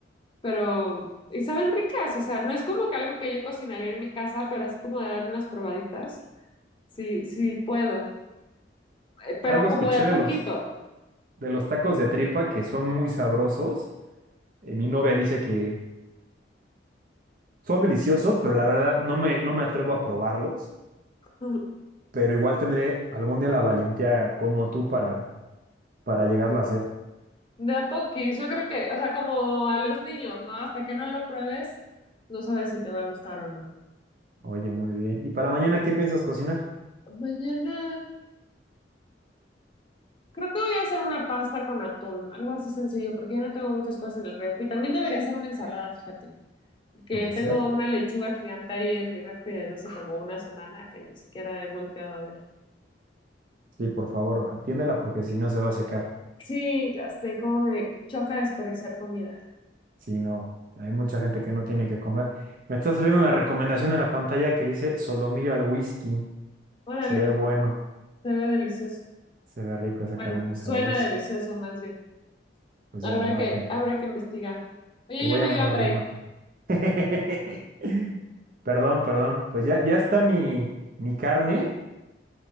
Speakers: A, on the left; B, on the right.
A: pero y saben ricas, o sea, no es como que algo que yo cocinaría en mi casa, pero así como de darle unas probaditas. Sí, sí puedo, Eh, pero
B: Algo escuché
A: como de a
B: de
A: poquito,
B: los, de los tacos de tripa que son muy sabrosos. Eh, mi novia dice que son deliciosos, pero la verdad no me, no me atrevo a probarlos
A: <laughs>
B: pero igual tendré algún día la valentía como tú para, para llegarlo a hacer.
A: de a poquis, yo creo que, o sea, como a los niños, ¿no? Hasta que no lo pruebes, no sabes si te va a gustar o no.
B: Oye, muy bien. ¿Y para mañana qué piensas cocinar?
A: Mañana, creo que voy a hacer una pasta con atún, algo así sencillo, porque yo no tengo muchas cosas en el refri. También debería hacer una ensalada, fíjate, porque
B: Puede ser.
A: tengo una lechuga gigante ahí en mi refri desde hace como una semana que ni siquiera he volteado a ver.
B: Sí, por favor, atiéndela porque si no se va a secar.
A: Sí, ya sé cómo me choca desperdiciar comida.
B: Si no, hay mucha gente que no tiene que comer. Me está saliendo una recomendación en la pantalla que dice solomillo al whisky.
A: Órale,
B: Se ve bueno,
A: se ve delicioso.
B: se ve rico, esa
A: Bueno,
B: carne es muy
A: suena
B: sabrosa.
A: delicioso más bien.
B: Pues
A: Habrá
B: ya en la imagen.
A: que, habrá que investigar. Oye,
B: Te voy
A: ya me
B: a mandar
A: dio hambre.
B: la imagen. <laughs> Perdón, perdón. Pues ya, ya está mi, mi carne.